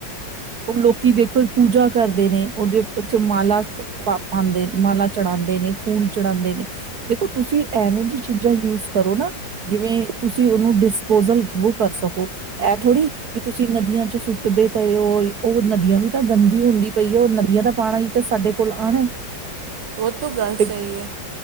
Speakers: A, on the right; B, on the right.
A: ਲੋਕੀ ਦੇਖੋ ਪੂਜਾ ਕਰਦੇ ਨੇ, ਉਹਦੇ ਵਿੱਚ ਮਾਲਾ ਪਾ ਪਾਉਂਦੇ ਮਾਲਾ ਚੜਾਉਂਦੇ ਨੇ, ਫੂਲ ਚੜਾਉਂਦੇ ਨੇ, ਦੇਖੋ ਤੁਸੀਂ ਐਵੇਂ ਜਿਹੀ ਚੀਜ਼ਾਂ ਯੂਜ ਕਰੋ ਨਾ ਜਿਵੇਂ, ਤੁਸੀਂ ਉਹਨੂੰ ਡਿਸਪੋਜਲ ਵੋ ਕਰ ਸਕੋ ਇਹ ਥੋੜ੍ਹੀ ਕਿ ਤੁਸੀਂ ਨਦੀਆਂ ਚ ਸੁੱਟਦੇ ਪਏ ਹੋ ਉਹ ਨਦੀਆਂ ਵੀ ਤਾਂ ਗੰਦੀ ਹੁੰਦੀ ਪਈ ਹੈ। ਉਹ ਨਦੀਆਂ ਦਾ ਪਾਣਾ ਹੀ ਤਾਂ ਸਾਡੇ ਕੋਲ ਆਉਣਾ।
B: ਉਹ ਤ ਗੱਲ
A: ਤੇ
B: ਸਹੀ ਹੈ।